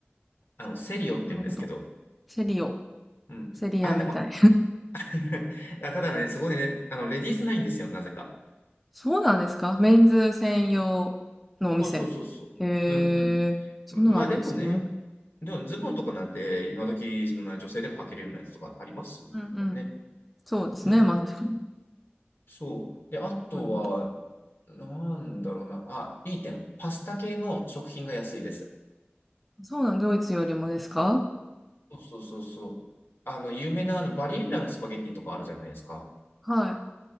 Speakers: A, on the left; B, in the centre.
A: あの、セリオって言うんですけど、
B: なるほど。セリオ。
A: うん。
B: セリアみたい。
A: あ、でも、<laughs> あただね、そこでね、あの、レディースないんですよ、なぜか。
B: そうなんですかメンズ専用のお店。
A: そうそうそうそう。
B: へ
A: うん
B: え、そんなのあるんですね。
A: うん。まあでもね、でもズボンとかなんて今時そんな女性でも履けるようなやつとかありますもんね。
B: うんうん。そうですね。
A: うん。
B: まあ確かに。
A: そう。で、あとは、
B: なるほど。
A: なんだろうな。あ、いい点。パスタ系の食品が安いです。
B: そうなん、ドイツよりもですか
A: そうそうそうそう。あの、有名なあのバリッラのスパゲッティとかあるじゃないですか。
B: うんはい。